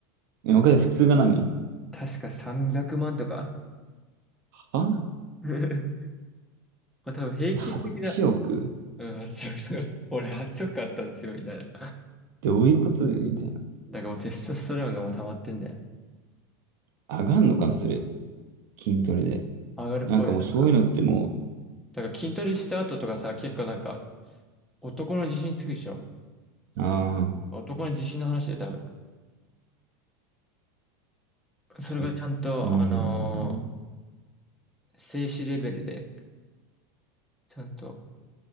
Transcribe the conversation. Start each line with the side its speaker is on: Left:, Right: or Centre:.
Right: え、わかる普通が何
Centre: 確か300万とか
Right: は
Centre: <laughs> まあ多分平均的な、
Right: ?8 億
Centre: うん、8億とか、<laughs> 俺8億あったんですよみたいな。
Right: どういうことみたいな。
Centre: だからもうテストステロンがもう溜まってんだよ。
Right: 上がんのかな、それ。筋トレで。
Centre: 上がるっぽいよ、
Right: なんかもうそういうのっても
Centre: だから。だから筋トレした後とかさ、結構なんか、男の自信つくでしょ。
Right: う、ああ、
Centre: 男の自信の話で多分。
Right: そ、
Centre: それがちゃんと、
Right: うーん。
Centre: あのー静止レベルで、ちゃんと